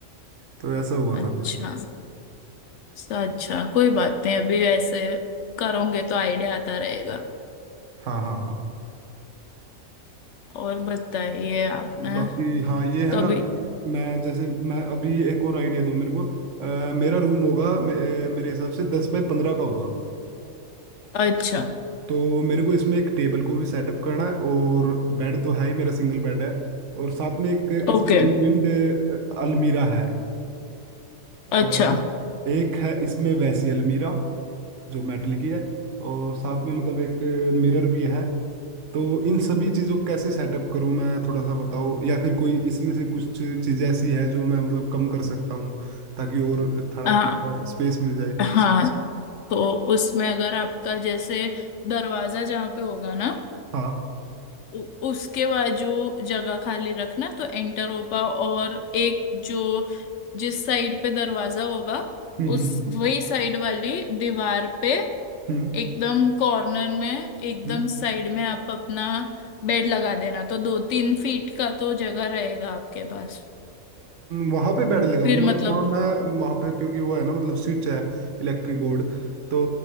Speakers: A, on the right (about 65°); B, on the left (about 70°).
A: तो ऐसा हुआ
B: अच्छा
A: था फिर
B: अच्छा कोई बात नहीं अभी ऐसे करोगे तो आइडिया आता रहेगा
A: हाँ हाँ हाँ
B: और बताइए आपने
A: बाकी हाँ ये है
B: कभी
A: ना मैं जैसे मैं अभी एक और आइडिया दूँ मेरे को अ, मेरा रूम होगा मे, अ, मेरे हिसाब से दस बाय पंद्रह का होगा
B: अच्छा
A: तो मेरे को इसमें एक टेबल को भी सेटअप करना है और बेड तो है ही मेरा सिंगल बेड है और साथ में एक इसमें
B: ओके
A: इनबिल्ट अलमीरा है और
B: अच्छा
A: एक है इसमें वैसी अलमीरा जो मेटल की है और साथ में मतलब एक मिरर भी है तो इन सभी चीज़ों को कैसे सेटअप करूं मैं थोड़ा सा बताओ या फिर कोई इसमें से कुछ चीज़ें ऐसी है जो मैं मतलब कम कर सकता हूं ताकि और थोड़ा
B: हाँ
A: थोड़ा स्पेस मिल जाए
B: हाँ तो उसमें अगर आपका जैसे दरवाजा जहाँ पे होगा ना
A: हाँ
B: उ, उसके बाजू जगह खाली रखना तो एंटर हो पा और एक जो जिस साइड पे दरवाजा होगा
A: हम्म
B: उस
A: हम्म
B: वही साइड वाली दीवार पे
A: हम्म हम्म,
B: एकदम कॉर्नर में एकदम
A: हम्म।
B: साइड में आप अपना बेड लगा देना तो दो तीन फीट का तो जगह रहेगा आपके पास
A: वहां पे बैड लगाऊंगी
B: फिर
A: अब
B: मतलब
A: वहां मैं वहां पे क्योंकि वो है ना मतलब स्विच है इलेक्ट्रिक बोर्ड तो